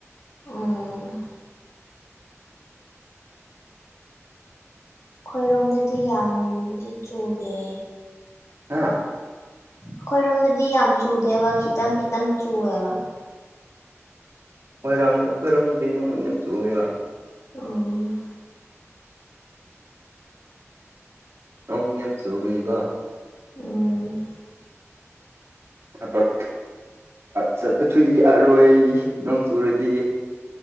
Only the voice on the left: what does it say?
ꯎꯝ ꯑꯣꯏꯔꯣꯝꯗꯗꯤ ꯌꯥꯝꯕꯨꯗꯤ ꯆꯨꯗꯦ
ꯑꯩꯈꯣꯏꯔꯣꯝꯗꯗꯤ ꯌꯥꯝ ꯆꯨꯗꯦꯕ ꯈꯤꯇꯪ ꯈꯤꯇꯪ ꯆꯨꯑꯦꯕ
ꯎꯝ
ꯎꯝ